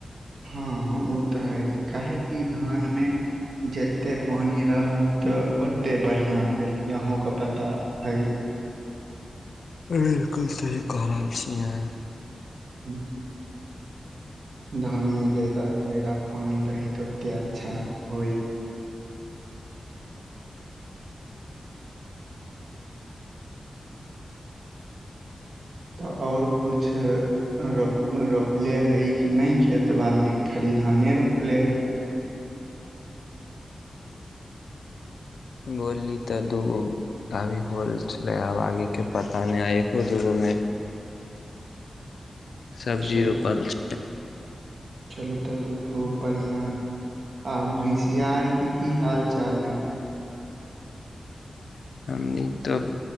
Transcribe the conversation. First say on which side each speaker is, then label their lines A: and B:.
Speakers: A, on the right; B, on the left.
A: हँ ओ तऽ है काहे कि धान मे जते पानी रहल त ओत्ते बढिया है अहा के पता हई
B: बिलकुल सही क रहल छी अहां।
A: <inaudible> धान में जादा से जादा पानि रहै त ओते अच्छा होइ। तऽ और किछु रोप रोपले हइ कि नहि खेतबा मे खाली धाने रोपले हइ।
B: बोलली तऽ दूगो अभी होल छलै आब आगेके पता नहि एगो दूगोमे सब्जी
A: चलू
B: रोपल छै।
A: चलू तब त खूब बढ़िया हई आ भैंसिया आर के की हाल चाल है?
B: हमनी तऽ